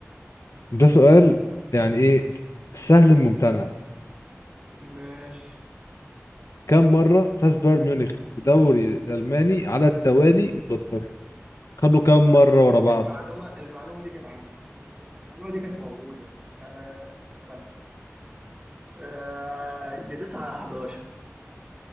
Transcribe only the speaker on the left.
ده سؤال يعني ايه سهل ممتنع
كم مرة فاز بايرن ميونخ بدوري الألماني على التوالي متوتر خدوا كم
مرة ورا بعض